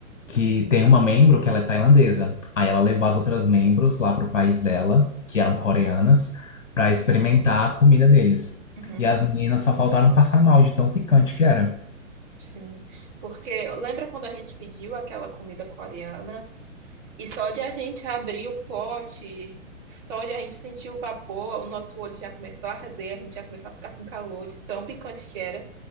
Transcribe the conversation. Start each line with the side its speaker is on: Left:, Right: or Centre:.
Left: que tem uma membro que ela é tailandesa. Aí ela levou as outras membros lá pro país dela, que eram coreanas, para experimentar a comida deles.
Centre: Uhum,
Left: E as meninas só faltaram passar mal de tão picante que era.
Centre: sim. Porque lembra quando a gente pediu aquela comida coreana e só de a gente abrir o pote, só de a gente sentir o vapor, o nosso olho já começou a arder, a gente já começou a ficar com calor de tão picante que era.